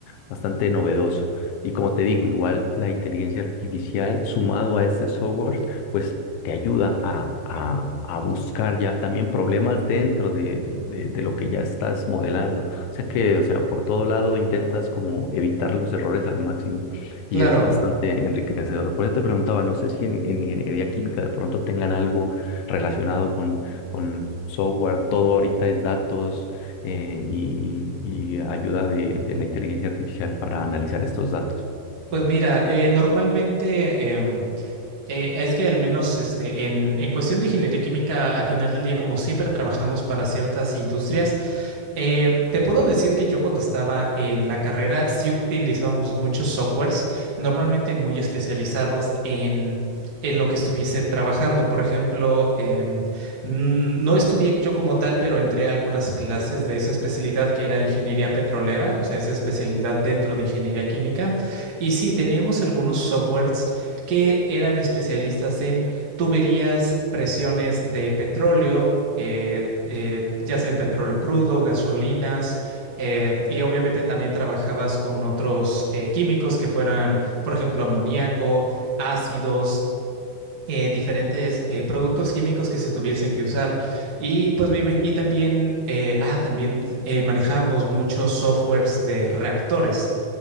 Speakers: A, on the left; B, on the right.
A: bastante novedoso. Y como te digo, igual la inteligencia artificial sumado a este software, pues te ayuda a, a, a buscar ya también problemas dentro de, de, de lo que ya estás modelando. O sea que, o sea, por todo lado intentas como evitar los errores al máximo
B: claro.
A: y es bastante enriquecedor. Por eso te preguntaba, no sé si en, en ingeniería química de pronto tengan algo relacionado con, con software, todo ahorita es datos eh, y, y y ayuda de, de la inteligencia artificial para analizar estos datos.
B: Pues mira, eh, normalmente em, eh, es que al menos este, en, en cuestión de ingeniería química, al final del día, como siempre trabajamos para ciertas industrias, Eh, te puedo decir que yo cuando estaba en la carrera sí utilizábamos muchos softwares, normalmente muy especializados en, en lo que estuviese trabajando. Por ejemplo, em, n- no estudié yo como tal, pero entré a algunas clases de esa especialidad que era ingeniería petrolera, o sea, esa especialidad dentro de ingeniería química. Y sí, teníamos algunos softwares que eran especialistas en tuberías, presiones de petróleo eh, eh, ya sea en petróleo crudo, gasolinas, eh, y obviamente también trabajabas con otros eh, químicos que fueran, por ejemplo, amoníaco, ácidos. eh, diferentes eh, productos químicos que se tuviesen que usar. Y pues me imag- y también, eh, ah, también eh, manejábamos muchos softwares de reactores.